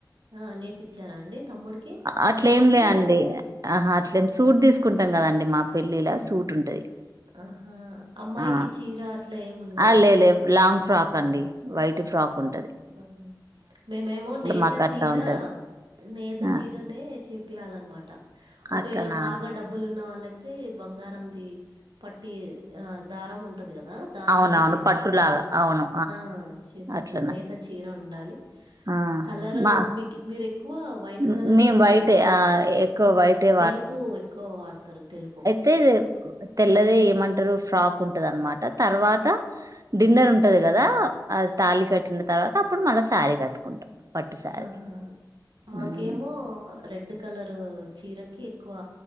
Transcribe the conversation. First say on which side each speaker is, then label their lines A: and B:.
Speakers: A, on the right; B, on the right.
A: ఆ నేపిచ్చారా అండి తమ్ముడికి
B: అట్లేం
A: లేకపోతే
B: లే అండి ఆహా అట్లేం సూట్ తీసుకుంటాం కదండి మా పెళ్లిలా సూట్ ఉంటది
A: ఆహా అమ్మాయికి
B: ఆ
A: చీర అట్లా ఏమి ఉండదేమో
B: ఆ, లే లే లాంగ్ ఫ్రాక్ అండి వైట్ ఫ్రాక్ ఉంట
A: ఆహా మేమేమో నేత
B: మాకు అట్లా
A: చీరా
B: ఉంటది
A: నేత
B: ఆ
A: చీరనే చెపియాలన్నమాట ఒకవేళ
B: అట్లనా
A: బాగా డబ్బులు ఉన్న వాళ్ళయితే బంగారం ది పట్టి ఆ దారం ఉంట ఉంటది కదా దాంతో
B: అవునవును
A: కూడా చేపిస్తారు
B: పట్టులాగా అవును
A: ఆ చేపిస్తారు
B: అట్లనా
A: నేతా చీర ఉండాలి
B: ఆ
A: కలర్
B: మా
A: మీకు మీరు ఎక్కువ వైట్
B: హ్మ్.
A: కలరే
B: మేము వైటే
A: వాడతారు
B: ఆ
A: కదండి
B: ఎక్కువ వైటే
A: తెలుపు ఎక్కువ వాడతారు తెలుపు
B: తెలుపు తెల్లదే ఏమంటారు ఫ్రాక్ ఉంటది అన్నమాట తర్వాత డిన్నర్ ఉంటది కదా ఆ తాళి కట్టిన తర్వాత అప్పుడు మళ్ళా శారీ కట్టుకుంటాం పట్టు శారీ
A: ఆహా మాకేమో
B: హ్మ్.
A: రెడ్ కలర్ చీరకి ఎక్కువ